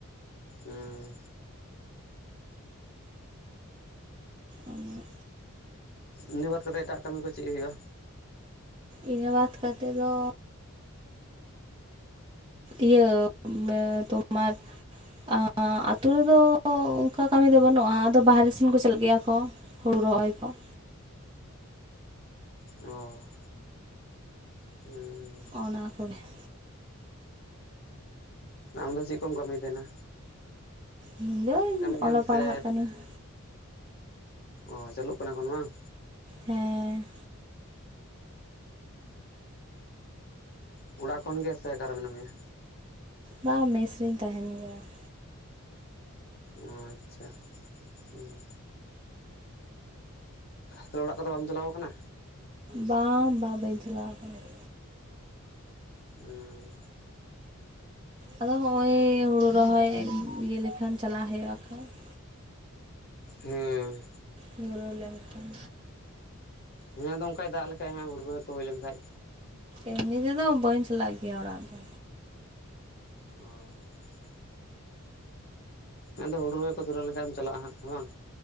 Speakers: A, on the left (about 45°); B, on the right (about 20°).
A: ᱩᱸ
B: ᱟᱨ
A: ᱤᱱᱟᱹ ᱵᱟᱫ ᱠᱟᱛᱮᱜ ᱮᱴᱟᱜ ᱠᱟᱹᱢᱤ ᱠᱚ ᱪᱮᱜ ᱦᱩᱭᱩᱜᱼᱟ?
B: ᱤᱱᱟᱹ ᱵᱟᱛ ᱠᱟᱛᱮᱜ ᱫᱚ ᱤᱭᱟᱹ ᱛᱳᱢᱟᱨ ᱟ ᱟᱹᱳ ᱨᱮᱫᱚ ᱚᱝᱠᱟ ᱠᱟᱹᱢᱤ ᱫᱚ ᱵᱟᱹᱱᱩᱜᱼᱟ ᱟᱫᱚ ᱵᱟᱦᱮᱨᱮ ᱥᱮᱱ ᱠᱚ ᱪᱟᱞᱟᱜ ᱜᱮᱭᱟ ᱠᱚ ᱾ ᱦᱩᱲᱩ ᱨᱚᱦᱚᱭ ᱠᱚ ᱾
A: ᱚ ᱦᱩᱸ
B: ᱚᱱᱟ ᱠᱚᱜᱮ ᱾
A: ᱟᱢ ᱫᱚ ᱪᱮᱫ ᱠᱚᱢ ᱠᱟᱹᱢᱤ ᱛᱟᱦᱮᱸᱱᱟ?
B: ᱤᱧ ᱫᱚᱧ
A: ᱜᱮᱭᱟᱢ
B: ᱚᱞᱚᱜ ᱯᱟᱲᱦᱟᱜ
A: ᱥᱮ
B: ᱠᱟᱹᱱᱟᱹᱧ ᱾
A: ᱚ ᱪᱟᱹᱞᱩᱜ ᱠᱟᱱᱟ ᱮᱠᱷᱚᱱ ᱵᱟᱝ?
B: ᱦᱮᱸ
A: ᱦᱩᱸ ᱚᱲᱟᱜ ᱠᱷᱚᱱ ᱜᱮ ᱥᱮ ᱟᱠᱟᱨᱮ ᱢᱮᱱᱟᱜ ᱢᱮᱭᱟ?
B: ᱵᱟᱝ ᱢᱮᱥ ᱨᱮᱧ ᱛᱟᱦᱮᱱ ᱜᱮᱭᱟ ᱾
A: ᱚ ᱟᱪᱪᱷᱟ ᱦᱩᱸ ᱛᱚ ᱚᱲᱟᱜ ᱠᱚᱫᱚ ᱵᱟᱢ ᱪᱟᱞᱟᱣ ᱠᱟᱱᱟ?
B: ᱵᱟᱝ ᱵᱟᱝ ᱵᱟᱹᱧ ᱪᱟᱞᱟᱣ ᱠᱟᱱᱟ ᱾
A: ᱩᱸ
B: ᱟᱫᱚ ᱦᱚᱸᱜᱼᱚᱭ ᱦᱳᱲᱳ ᱨᱚᱦᱚᱭ ᱤᱭᱟᱹ ᱞᱮᱠᱷᱟᱱ ᱪᱟᱞᱟᱜ ᱦᱩᱭᱩᱜᱼᱟ ᱦᱟᱜᱼᱠᱷᱟᱡ ᱾
A: ᱦᱩᱸ
B: ᱫᱷᱩᱹᱨᱚ ᱞᱮᱱ ᱠᱷᱟᱱ
A: ᱦᱮᱸ ᱟᱫᱚ ᱚᱱᱠᱟᱭ ᱫᱟᱜ ᱞᱮᱠᱷᱟᱡ ᱦᱩᱲᱩᱟᱹ ᱠᱚ ᱦᱩᱭ ᱞᱮᱱᱷᱟᱡ
B: ᱮᱢᱱᱤ ᱛᱮ ᱫᱚ ᱵᱟᱹᱧ ᱪᱟᱞᱟᱜ ᱜᱮᱭᱟ ᱚᱲᱟᱜ ᱫᱚ
A: ᱚ ᱢᱮᱱᱫᱚ ᱦᱩᱲᱩᱚᱭ ᱠᱚ ᱫᱷᱩᱨᱟᱹ ᱞᱮᱱᱠᱷᱟᱱ ᱮᱢ ᱪᱟᱞᱟᱜᱼᱟ ᱦᱟᱸᱜ ᱵᱟᱝ